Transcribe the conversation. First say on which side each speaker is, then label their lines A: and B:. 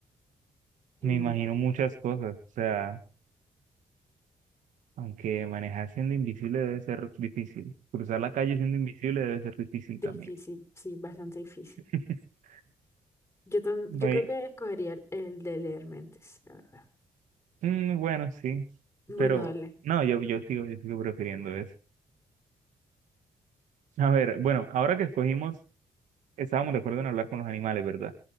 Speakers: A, on the left; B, on the right.
A: mm,
B: Me imagino muchas cosas, o sea, aunque manejar siendo invisible debe ser difícil. Cruzar la calle siendo invisible debe ser difícil
A: Difícil,
B: también.
A: sí, bastante difícil.
B: <laughs>
A: Yo, tam-
B: No
A: yo
B: hay-
A: creo que escogería el de leer mentes, la verdad.
B: mm, bueno, sí,
A: Bueno,
B: pero
A: darle.
B: no, yo, yo sigo, yo sigo prefiriendo eso. A ver, bueno, ahora que escogimos Estábamos de acuerdo en hablar con los animales, ¿verdad?